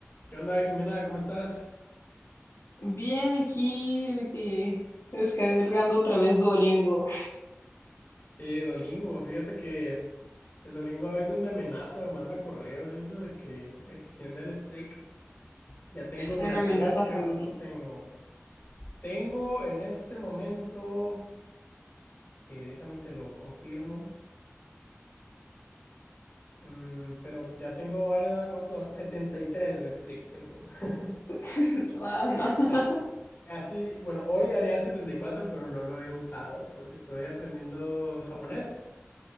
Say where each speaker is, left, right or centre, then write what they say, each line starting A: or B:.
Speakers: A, on the left; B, on the left.
A: ¿Qué onda, Jimena? ¿Cómo estás?
B: Bien, aquí de que descargando otra vez Duolingo,
A: Sí, Dolingo, fíjate que el Dolingo a veces me amenaza, me manda correos y eso de que extienda el streak. Ya tengo, mira,
B: una amenaza
A: te voy a checar
B: familiar.
A: cuánto tengo. Tengo en este momento, eh, déjame te lo confirmo, mm, pero pues ya tengo varios rato, 73 de streak tengo. <laughs>
B: <laughs> Wow, no. <laughs>
A: Ya, casi, bueno, hoy haría el 74, pero no lo he usado, porque estoy aprendiendo japonés